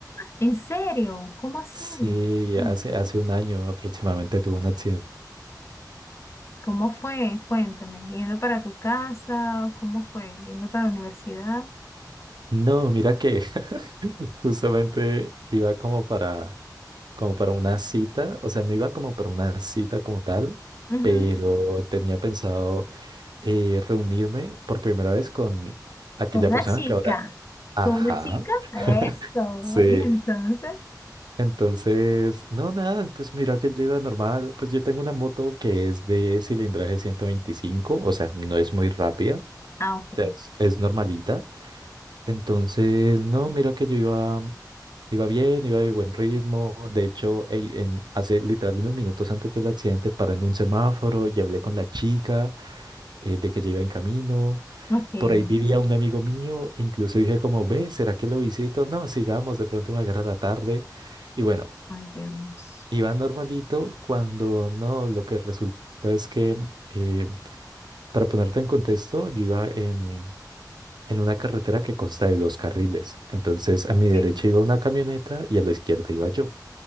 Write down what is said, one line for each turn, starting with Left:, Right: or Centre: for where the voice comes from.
Left: ¿En serio? ¿Cómo así?
Right: Sí,
Left: Mm.
Right: hace, hace un año aproximadamente tuve un accidente.
Left: ¿Cómo fue? Cuéntame. ¿Yendo para tu casa? ¿Cómo fue? ¿Yendo para la universidad?
Right: No, mira que <laughs> Justamente iba como para, como para una cita, o sea, no iba como para una cita como tal,
Left: Ujú.
Right: pero tenía pensado eh, reunirme por primera vez con aquella
Left: Con
Right: persona
Left: una chica.
Right: que ahora... Ajá.
Left: ¿Con una chica? Eso.
Right: <laughs> Sí.
Left: Y entonces.
Right: Entonces, no, nada, pues mira que yo iba normal, pues yo tengo una moto que es de cilindraje 125, o sea, no es muy rápida, o
Left: Ah, ok.
Right: sea, es es normalita. Entonces, no, mira que yo iba, iba bien, iba de buen ritmo. De hecho, ey, en, hace literal unos minutos antes del accidente paré en un semáforo y hablé con la chica eh, de que ya iba en camino.
Left: Ok. Ay,
Right: Por ahí vivía un amigo mío, incluso dije como, ve, ¿será que lo visito? No, sigamos, de pronto me agarra la tarde. Y bueno,
Left: Dios.
Right: iba normalito cuando no, lo que resulta es que, eh, para ponerte en contexto, yo iba en en una carretera que consta de dos carriles. Entonces a
Left: Ok.
Right: mi derecha iba una camioneta y a la izquierda iba yo.